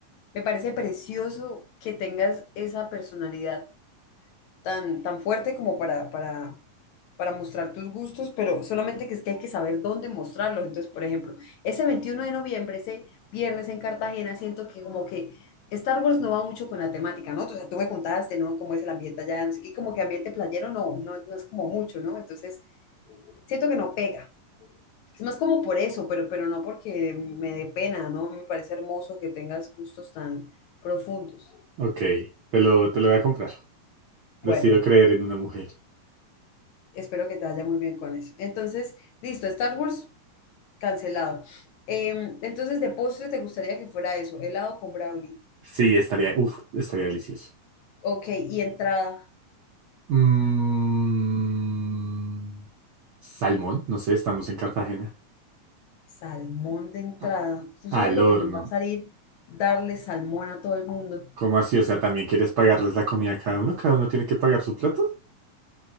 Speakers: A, on the left; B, on the right.
A: Me parece precioso que tengas esa personalidad tan, tan fuerte como para, para, para mostrar tus gustos, pero solamente que es que hay que saber dónde mostrarlos. Entonces, por ejemplo, ese 21 de noviembre, ese viernes en Cartagena, siento que como que Star Wars no va mucho con la temática, ¿no? O sea, tú me contaste, ¿no? Cómo es el ambiente allá, no sé qué, como que ambiente playero no, no, no es como mucho, ¿no? Entonces, siento que no pega. Es más como por eso, pero, pero no porque me dé pena, ¿no? Me parece hermoso que tengas gustos tan profundos.
B: Ok, te lo, te lo voy a comprar.
A: Bueno,
B: Decido creer
A: ok.
B: en una mujer.
A: espero que te vaya muy bien con eso. Entonces, listo, Star Wars cancelado. Em, entonces, de postre te gustaría que fuera eso, helado con brownie.
B: Sí, estaría, uf, estaría delicioso.
A: Ok, y entrada,
B: Mm, salmón, no sé, estamos en Cartagena.
A: salmón de entrada.
B: A-
A: ¿Tú sabes
B: Al
A: lo
B: horno.
A: que nos va a salir darle salmón a todo el mundo?
B: ¿Cómo así? O sea, ¿también quieres pagarles la comida a cada uno? ¿Cada uno tiene que pagar su plato?